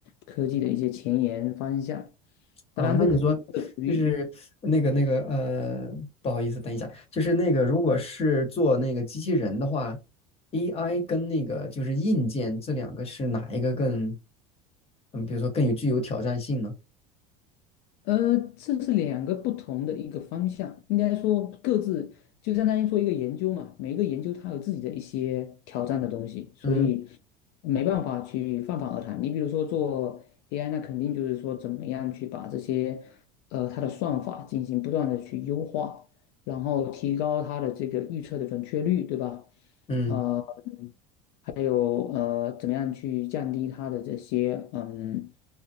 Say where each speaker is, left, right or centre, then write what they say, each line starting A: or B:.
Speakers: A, on the left; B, on the left.
A: 科技的一些前沿方向。
B: 啊，
A: 当然，
B: 那你说
A: 这个这个属于
B: 就是那个那个呃，不好意思，等一下，就是那个如果是做那个机器人的话，AI 跟那个就是硬件这两个是哪一个更嗯，比如说更有具有挑战性呢？
A: 呃，这是两个不同的一个方向，应该说各自就相当于做一个研究嘛，每个研究它有自己的一些挑战的东西，所以
B: 嗯
A: 没办法去泛泛而谈。你比如说做 AI，那肯定就是说怎么样去把这些呃它的算法进行不断的去优化，然后提高它的这个预测的准确率，对吧？
B: 嗯，
A: 呃还有呃，怎么样去降低它的这些嗯，